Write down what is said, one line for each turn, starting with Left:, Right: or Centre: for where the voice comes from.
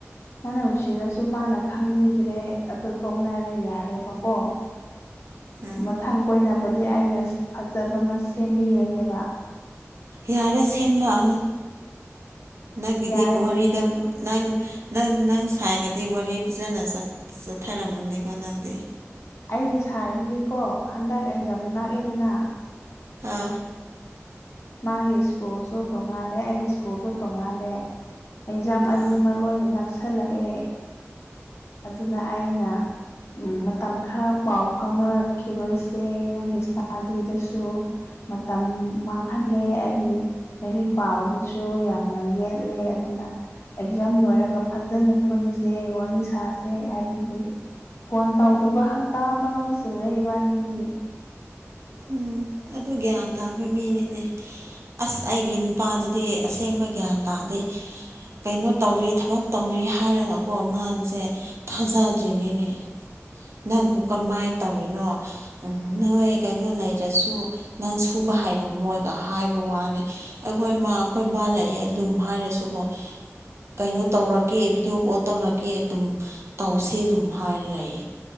Left: ꯅꯪꯅ ꯅꯨꯡꯁꯤꯔꯁꯨ ꯃꯥꯅ ꯈꯪꯕꯤꯗ꯭ꯔꯦ ꯑꯗꯨ ꯇꯣꯛꯅꯔꯦ ꯌꯥꯔꯦꯕꯀꯣ
Right: ꯎꯝ
Left: ꯃꯊꯪ ꯀꯣꯏꯅꯕꯗꯤ ꯑꯩꯅ ꯐꯖꯕ ꯑꯃ ꯁꯦꯝꯕꯤꯔꯒꯦꯕ
Right: ꯌꯥꯔꯦ ꯁꯦꯝꯂꯛꯑꯅꯨ ꯅꯪꯒꯤꯗꯤ
Left: ꯌꯥꯔꯦ
Right: ꯄꯣ ꯄꯨꯋꯥꯍꯔꯤꯗ
Left: ꯑꯗꯨꯗꯤ ꯅꯪ
Right: ꯅꯪ ꯅꯪ ꯅꯪ ꯍꯥꯏꯔꯒꯗꯤ ꯋꯥꯔꯤ ꯐꯖꯅ ꯆꯠꯊꯔꯝꯃꯅꯤꯀꯣ ꯅꯪꯗꯤ
Left: ꯑꯩꯒꯤ ꯁꯥꯏꯗꯨꯗꯤꯀꯣ ꯍꯟꯗꯛ ꯑꯦꯛꯖꯥꯝ ꯅꯛꯑꯏꯗꯅ
Right: ꯍꯥ
Left: ꯃꯥꯒꯤ ꯁ꯭ꯀꯨꯜꯁꯨ ꯇꯣꯡꯉꯥꯜꯂꯦ ꯑꯩꯒꯤ ꯁ꯭ꯀꯨꯜꯁꯨ ꯇꯣꯡꯉꯥꯜꯂꯦ ꯑꯦꯛꯖꯥꯝ ꯑꯅꯤꯃꯛ
Right: ꯑꯥ
Left: ꯂꯣꯏꯅ ꯅꯛꯁꯜꯂꯛꯑꯦ ꯑꯗꯨꯅ ꯑꯩꯅ ꯃꯇꯝ ꯈꯔ ꯄꯥꯎ ꯐꯥꯎꯅꯔꯛꯈꯤꯔꯣꯏꯁꯦ ꯅꯪꯒꯤ ꯏꯁꯇꯥꯞ ꯑꯥꯗꯤꯗꯁꯨ ꯃꯇꯝ ꯃꯥꯡꯍꯜꯂꯦ ꯑꯩꯒꯤ ꯂꯥꯏꯔꯤꯛ ꯄꯥꯕꯗꯁꯨ ꯌꯥꯝꯅ ꯌꯦꯠꯂꯦ ꯑꯗꯨꯅ ꯑꯦꯛꯖꯥꯝ ꯂꯣꯏꯔꯒ ꯐꯖꯅ ꯄꯨꯟꯁꯦ ꯋꯥꯔꯤ ꯁꯥꯁꯦ ꯍꯥꯏꯕꯤꯕꯒꯤ ꯐꯣꯟ ꯇꯧꯗꯨꯕ ꯍꯞꯇꯥ ꯑꯃꯔꯣꯝ ꯁꯨꯔꯦ ꯏꯕꯥꯅꯤꯗꯤ
Right: ꯎꯝ ꯑꯗꯨ ꯒ꯭ꯌꯥꯟ ꯇꯥꯕ ꯃꯤꯅꯤꯅꯦ ꯑꯁ ꯑꯩꯒꯤ ꯅꯨꯄꯥꯗꯗꯤ ꯑꯁꯦꯡꯕ ꯒ꯭ꯌꯥꯟ ꯇꯥꯗꯦ ꯀꯩꯅꯣ ꯇꯧꯔꯤ ꯊꯕꯛ ꯇꯧꯔꯤ ꯍꯥꯏꯔꯒꯀꯣ ꯃꯥꯁꯦ ꯊꯥꯖꯗ꯭ꯔꯤꯉꯩꯅꯦ ꯅꯪꯕꯨ ꯀꯃꯥꯏꯅ ꯇꯧꯔꯤꯅꯣ ꯎ ꯅꯣꯏ ꯀꯩꯅꯣ ꯂꯩꯔꯁꯨ ꯅꯪ ꯁꯨꯕ ꯍꯥꯏꯔꯝꯃꯣꯏꯒ ꯍꯥꯏꯕ ꯋꯥꯅꯦ ꯑꯩꯈꯣꯏ ꯃꯥ ꯑꯩꯈꯣꯏ ꯕꯥ ꯂꯩꯑꯦ ꯑꯗꯨꯨꯝ ꯍꯥꯏꯔꯁꯨꯀꯣ ꯀꯩꯅꯣ ꯇꯧꯔꯛꯀꯦ ꯚꯤꯗꯤꯑꯣ ꯀꯣꯜ ꯇꯧꯔꯛꯀꯦ ꯑꯗꯨꯝ ꯇꯧꯁꯦ ꯑꯗꯨꯝ ꯍꯥꯏꯔ ꯂꯩꯌꯦ